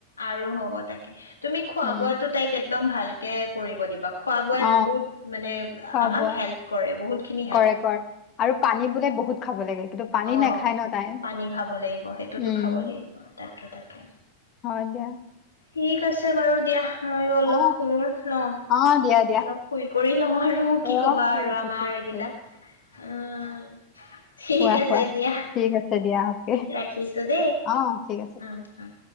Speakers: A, on the left; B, on the left.
A: আৰু হ'ব তাকে তুমি খোৱা
B: উম
A: বোৱা ত তাইক একদম ভালকে কৰিব দিবা খোৱা বোৱাই
B: অ
A: বহুত মানে
B: খোৱা
A: আমাক
B: বোৱা
A: হেল্প কৰে। বহুত। খিনি হেল্প
B: কৰে, কৰে আৰু পানী বোলে বহুত খাব লাগে। কিন্তু পানী
A: অ',
B: নাখায় ন তাই
A: পানী খাব লাগিব, সেইটোতো
B: উম
A: খাব লাগিব, তাকে, তাকে।
B: হয় দিয়া
A: ঠিক আছে বাৰু দিয়া। মইয়ো অলপ
B: অ
A: শুওঁ ন',
B: অ দিয়া দিয়া
A: অলপ শুই কৰি লওঁ আৰু
B: অ
A: কি কবা
B: ঠিক
A: আৰু
B: আছে
A: আমাৰ
B: ঠিক আছে
A: এইবিলাক, অ', অ', ঠিক
B: খোৱা
A: আছে।
B: খোৱা
A: দিয়া,
B: ঠিক আছে দিয়া অ'কে
A: ৰাখিছো দেই। উ',
B: অ ঠিক আছে
A: উ'।